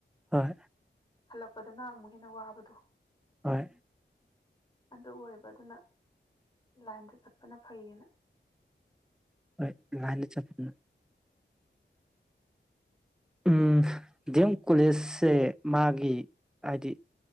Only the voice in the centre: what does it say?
ꯍꯣꯏ
ꯍꯣꯏ
ꯍꯣꯏ ꯂꯥꯏꯅꯗ ꯆꯠꯄꯅ ꯎꯝ ꯗꯤ ꯑꯦꯝ ꯀꯣꯂꯦꯖꯁꯦ ꯃꯥꯒꯤ ꯍꯥꯏꯗꯤ